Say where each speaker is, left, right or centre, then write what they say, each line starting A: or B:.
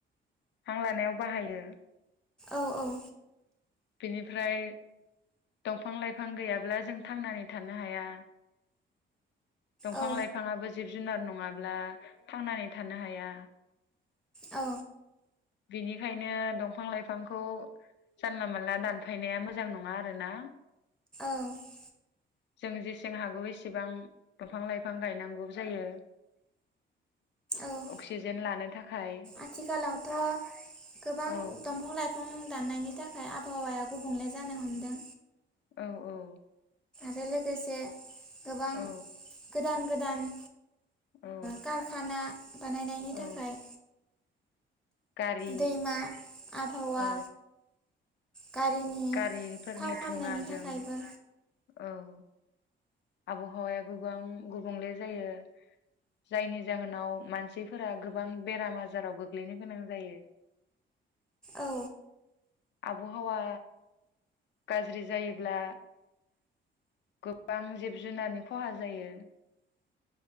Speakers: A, on the left; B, in the centre.
A: हां लानायाव बाहायो
B: औ औ
A: बिनिफ्राय दंफां लाइफां गैयाब्ला जों थांनानै थानो हाया दंफां
B: औ
A: लाइफाङाबो जिब जुनार नङाब्ला थांनानै थानो हाया
B: औ
A: बिनिखायनो दंफां लाइफांखौ जानला मोनला दानफायनाया मोजां नङा आरोना
B: औ
A: जों जेसे जों हागौ बेसेबां दंफां लाइफां गायनांगौ जायो
B: औ
A: अक्सिजेन लानो थाखाय
B: आथिखालावथ' गोबां
A: औ
B: दंफां लाइफां दाननायनि थाखाय आबहावाया गुबुंले जानो हमदों
A: औ औ
B: आरो लोगोसे गोबां
A: औ
B: गोदान गोदान
A: औ
B: कारखाना बानायनायनि
A: औ
B: थाखाय
A: गारि
B: दैमा आबहावा
A: औ
B: गारिनि
A: गारिफोरनि
B: थाव खामनायनि
A: दुङाजों
B: थाखायबो
A: औ आबहावाया गोबां गुबुंले जायो जायनि जाहोनाव मानसिफोरा गोबां बेराम आजाराव गोग्लैनो गोनां जायो
B: औ
A: आबहावा गाज्रि जायोब्ला गोबां जिब जुनारनि खहा जायो